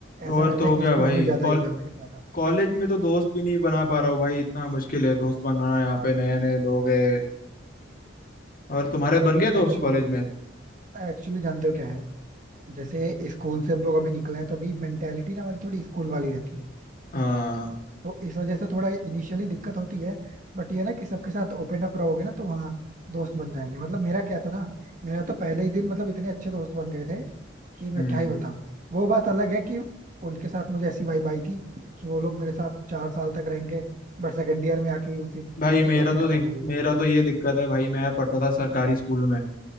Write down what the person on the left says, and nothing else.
और
तो
क्या
भाई
कॉल
कॉलेज में तो दोस्त भी नहीं बना पा रहा हूँ भाई इतना मुश्किल है दोस्त बनाना यहाँ पे नए नए लोग हैं और तुम्हारे बन गए दोस्त
कॉलेज में
हाँ
हम्म
भाई मेरा
तो
दिक,
मेरा तो ये दिक्कत है भाई मैं पढ़ता था सरकारी स्कूल में